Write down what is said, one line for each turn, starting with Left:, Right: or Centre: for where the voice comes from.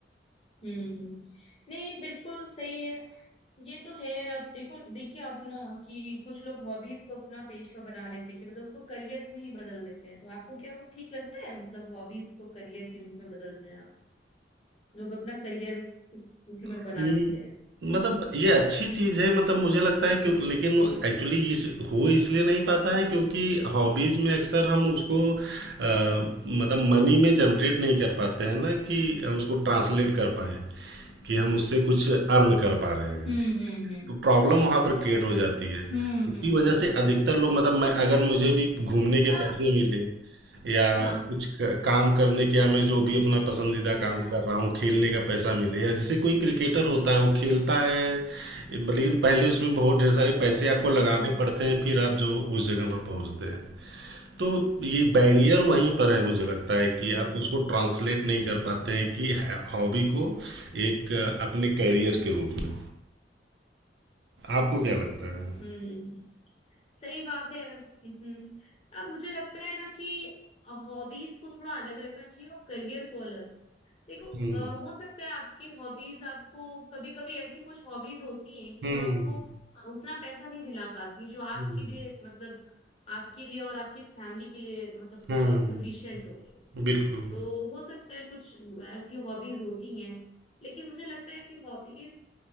Left: हम्म हम्म। हम्म, हम्म, नहीं बिल्कुल सही है ये तो है अब देखो देखिए आप ना कि कुछ लोग हॉबीज को अपना पेशा बना लेते हैं कि मतलब उसको करियर में ही बदल देते हैं तो आपको क्या वो ठीक लगता है मतलब हॉबीज को करियर के रूप में बदल देना लोग अपना करियर उस, उस, उसी में
Right: हम्म,
Left: बना लेते हैं
Right: मतलब ये अच्छी चीज है मतलब मुझे लगता है क्यों लेकिन एक्चुअली ये इस हो इसलिए नहीं पाता है क्योंकि हॉबीज में अक्सर हम उसको अ, मतलब मनी में जनरेट नहीं कर पाते हैं ना कि उसको ट्रांसलेट कर पाए कि हम उससे कुछ अर्न कर पा रहे हैं
Left: हम्म हम्म हम्म
Right: तो प्रॉब्लम वहां पर क्रिएट हो जाती है
Left: हम्म
Right: इसी
Left: हम्म
Right: वजह
Left: हम्म
Right: से
Left: हम्म।
Right: अधिकतर लोग मतलब मैं अगर मुझे भी घूमने के
Left: आ,
Right: पैसे मिले या
Left: हाँ हाँ
Right: कुछ क- काम करने के या मैं जो भी अपना पसंदीदा
Left: हाँ
Right: काम
Left: हाँ
Right: कर
Left: हाँ
Right: रहा हूँ खेलने का पैसा मिले या जैसे कोई क्रिकेटर होता है वो खेलता है लेकिन पहले उसमें बहुत ढेर सारे पैसे आपको लगाने
Left: हम्म
Right: पड़ते हैं फिर आप जो उस जगह पर पहुंचते हैं तो ये बैरियर वहीं पर है मुझे लगता है कि
Left: हम्म
Right: आप उसको ट्रांसलेट नहीं कर पाते हैं कि हॉबी को एक अ, अपने कैरियर के रूप में आपको क्या लगता है
Left: हम्म सही बात है यार हम्म अब मुझे लगता है ना कि हॉबीज को थोड़ा अलग रखना चाहिए और करियर को अलग देखो अ,
Right: हुँ,
Left: हो सकता है आपकी हॉबीज आपको कभी कभी ऐसी कुछ हॉबीज होती हैं कि
Right: हुँ,
Left: जो आपको उतना पैसा नहीं दिला पाती जो आपके
Right: हुँ,
Left: लिए मतलब आपके लिए और आपकी फैमिली के लिए मतलब पूरा
Right: हुँ,
Left: सफिशिएंट हो
Right: बिल्कुल,
Left: तो हो सकता है कुछ ऐसी हॉबीज होती हैं लेकिन मुझे लगता है कि हॉबीज